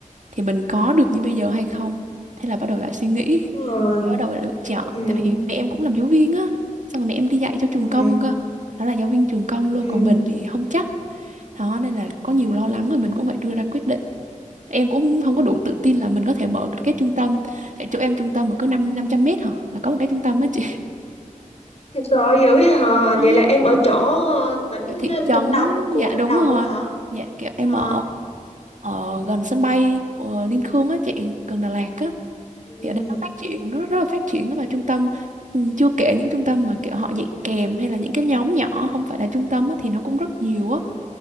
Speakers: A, on the right; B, on the left.
A: thì mình có được như bây giờ hay không thế là bắt đầu lại suy nghĩ
B: đúng rồi
A: bắt đầu lại lựa chọn
B: Ừm,
A: tại vì mẹ em cũng làm giáo viên á xong rồi mẹ em đi dạy cho trường
B: ừm,
A: công cơ đó là giáo viên trường công luôn
B: ừm.
A: còn mình thì không chắc đó nên là có nhiều lo lắng rồi mình cũng phải đưa ra quyết định em cũng không có đủ tự tin là mình có thể mở được cái trung tâm tại chỗ em trung tâm mà cứ năm năm trăm mét hả là có một cái trung tâm á chị
B: Thật sự dữ vậy hả
A: À,
B: vậy là em ở chỗ ờ, tỉnh
A: kiểu thị
B: ờ,
A: trấn
B: trung tâm của
A: dạ
B: Lâm
A: đúng
B: Đồng
A: rồi
B: luôn hả
A: dạ kiểu em
B: à,
A: ở ở gần sân bay của Liên Khương á chị gần Đà Lạt á
B: ừm.
A: thì ở đây nó phát triển nó rất, rất là phát triển á, và trung tâm ừ, chưa kể những trung tâm mà kiểu họ dạy kèm hay là những cái nhóm nhỏ không phải là trung tâm á, thì nó cũng rất nhiều á